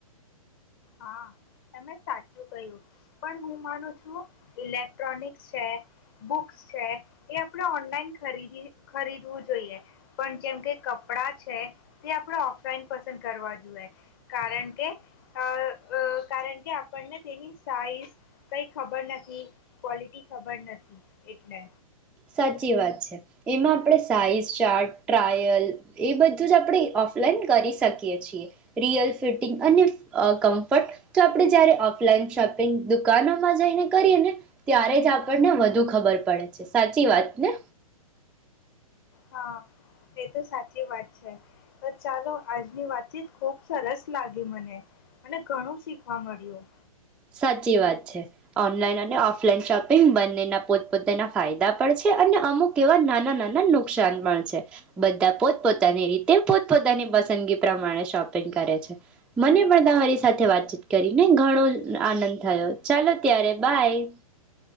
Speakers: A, on the left (about 35°); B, in the centre.
A: હા તમે સાચું કહ્યું. પણ હું માનું છું ઇલેક્ટ્રોનિક્સ છે, બુક્સ છે. એ આપડ ઓનલાઈન ખરીદી ખરીદવું જોઈએ. પણ જેમકે કપડાં છે તે આપણે ઓફલાઈન પસંદ કરવા જોએ. કારણ કે અ અ કારણ કે આપણને તેની સાઈઝ કઈ ખબર નથી, ક્વોલિટી ખબર નથી એટલે.
B: સાચી વાત છે. એમાં આપણે સાઈઝ, ચાર્ટ, ટ્રાયલ એ બધું જ આપણે ઓફલાઈન કરી શકીએ છીએ. રિયલ ફિટિંગ અને કમ્ફર્ટ તો આપણે જયારે ઓફલાઈન શોપિંગ દુકાનોમાં જઈને કરીએ ને ત્યારે જ આપણને વધુ ખબર પડે છે. સાચી વાત ને?
A: હા એ તો સાચી વાત છે. તો ચાલો આજની વાતચીત ખુબ સરસ લાગી મને અને ઘણું શીખવા મળ્યું.
B: સાચી વાત છે. ઓનલાઈન અને ઓફલાઈન શોપિંગ બંનેના પોતપોતાના ફાયદા પણ છે અને અમુક એવા નાના નાના નુકસાન પણ છે. બધા પોતપોતાની રીતે પોતપોતાની પસંદગી પ્રમાણે શોપિંગ કરે છે. મને પણ તમારી સાથે વાતચીત કરીને ઘણું આનંદ થયો ચાલો ત્યારે બાય